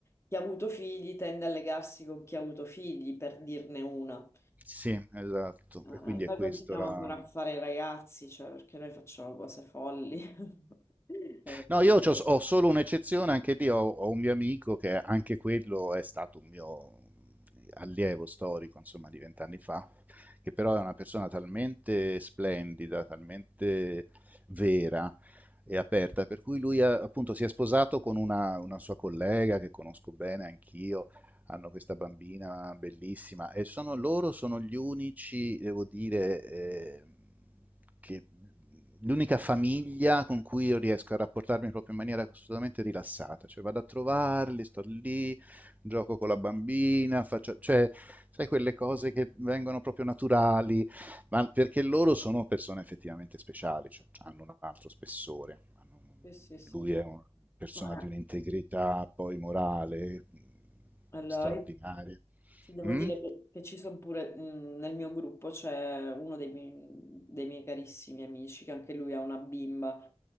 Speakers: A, on the left; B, on the right.
A: chi ha avuto figli tende a legarsi con chi ha avuto figli, per dirne una.
B: Sì, esatto,
A: Eh,
B: e quindi
A: Noi
B: è questo
A: continuiamo
B: la...
A: ancora a fare i ragazzi, cioè, perché noi facciamo cose folli. <laughs> Eh,
B: No, io c'ho- ho, solo un'eccezione, anche lì ho, ho un mio amico che anche quello è stato un mio allievo storico, insomma, di vent'anni fa, che però è una persona talmente splendida, talmente vera e aperta, per cui lui ha- appunto si è sposato con una, una sua collega che conosco bene anch'io, hanno questa bambina bellissima e sono loro sono gli unici, devo dire, eh, che l'unica famiglia con cui io riesco a rapportarmi proprio in maniera assolutamente rilassata, cioè vado a trovarli, sto lì, gioco con la bambina, faccio, cioè, sai quelle cose che vengono proprio naturali, ma perché loro sono persone effettivamente speciali, cioè, hanno un altro spessore. hanno un-
A: Sì, sì, sì.
B: Lui è una persona
A: ma,
B: di un'integrità poi morale mh,
A: allora,
B: straordinaria.
A: io ti devo
B: Mm?
A: dire che, che ci sono pure, mh, nel mio gruppo c'è uno dei miei, dei miei carissimi amici, che anche lui ha una bimba.